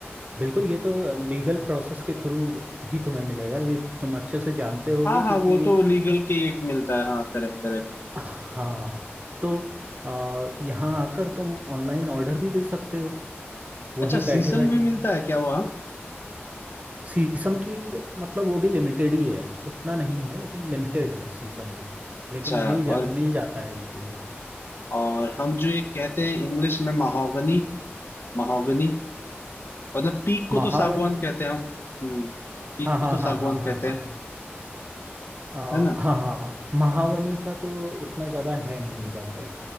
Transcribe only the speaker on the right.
बिल्कुल ये तो लीगल प्रोसेस के थ्रू ही तुम्हें मिलेगा ये तुम अच्छे से जानते होगे
क्योंकि
हाँ तो आ, यहाँ आकर तुम ऑनलाइन ऑर्डर भी दे सकते हो वहीं
बैठे
बैठे
शीशम की मतलब वो भी लिमिटेड ही है उतना नहीं है लेकिन लिमिटेड है शीशम भी लेकिन
मिल जा
मिल जाता है इजीली
महावनी
हाँ
हाँ
हाँ हाँ हाँ
हाँ हाँ।
आ,
हाँ हाँ महावनी का तो उतना ज़्यादा है नहीं इधर पे